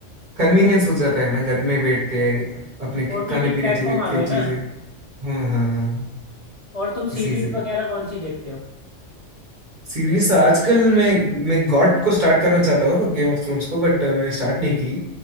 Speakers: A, on the right (about 45°); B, on the left (about 45°).
A: कन्वीनियंस हो जाता है ना घर में बैठ के अपने
B: ओटीटी
A: खाने पीने
B: प्लेटफॉर्म
A: ची-
B: आ
A: की
B: गए
A: चीजें
B: ना
A: हाँ हाँ हाँ
B: और तुम
A: इसी
B: सीरीज
A: से
B: वगैरह कौन सी देखते हो
A: सीरीज आजकल मैं मैं गॉट को स्टार्ट करना चाहता हूँ गेम ऑफ थ्रोन्स को बट मैंने स्टार्ट नहीं की